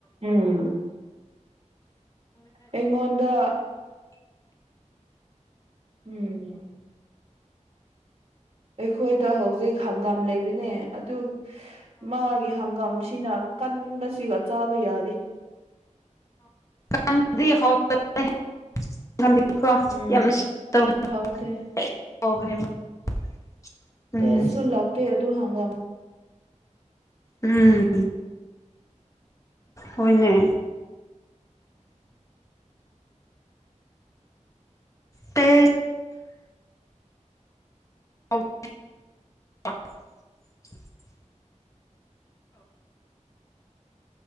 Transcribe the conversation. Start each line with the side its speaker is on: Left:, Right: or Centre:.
Right: ꯎꯝ ꯑꯩꯉꯣꯟꯗ꯫ ꯎꯝ꯫ ꯑꯩꯈꯣꯏꯗ ꯍꯧꯖꯤꯛ ꯍꯪꯒꯥꯝ ꯂꯩꯕꯅꯦ ꯑꯗꯨ ꯃꯥꯒꯤ ꯍꯪꯒꯥꯝꯁꯤꯅ ꯀꯟꯕꯁꯤꯒ ꯆꯥꯕ ꯌꯥꯔꯤ꯫
Left: <unintelligible>
Right: ꯎꯝ ꯍꯥꯎꯇꯦ
Left: <unintelligible> ꯎꯝ
Right: ꯇꯦꯁꯁꯨꯨ ꯂꯥꯛꯇꯦ ꯑꯗꯨ ꯍꯪꯒꯥ
Left: ꯎꯝ ꯍꯣꯏꯅꯦ꯫ ꯇꯦ <inaudible> <unintelligible>